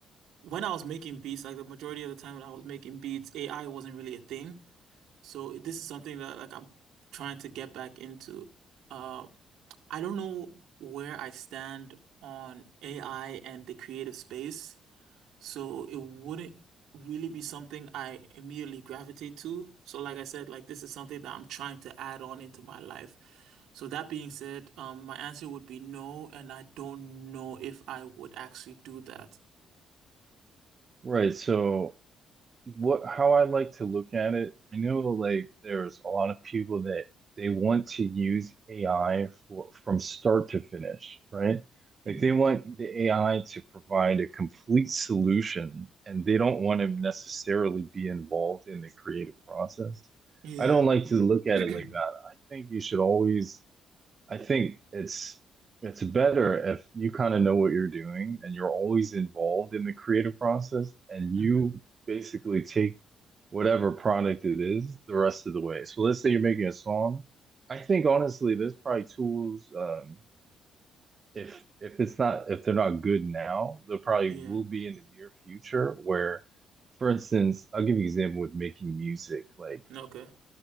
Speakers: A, on the right; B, on the right.
A: when I was making beats, like the majority of the time when I was making beats, AI wasn't really a thing. So this is something that like I'm trying to get back into. Um, I don't know where I stand on AI and the creative space. So it wouldn't really be something I immediately gravitate to. So like I said, like this is something that I'm trying to add on into my life. So that being said, um, my answer would be no, and I don't know if I would actually do that.
B: Right. So what how I like to look at it, I know like there's a lot of people that they want to use AI for, from start to finish, right? Like
A: hmm
B: they want the AI to provide a complete solution and they don't want to necessarily be involved in the creative process.
A: Yeah.
B: I don't like to look at
A: <clears throat>
B: it like that. I think you should always I think it's it's better if you kind of know what you're doing and you're always involved in the creative process and
A: hmm
B: you basically take whatever product it is the rest of the way. So let's say you're making a song. I think honestly, there's probably tools um, if if it's not if they're not good now, they probably
A: Yeah.
B: will be in the near future where, for instance, I'll give you an example with making music. Like
A: Okay.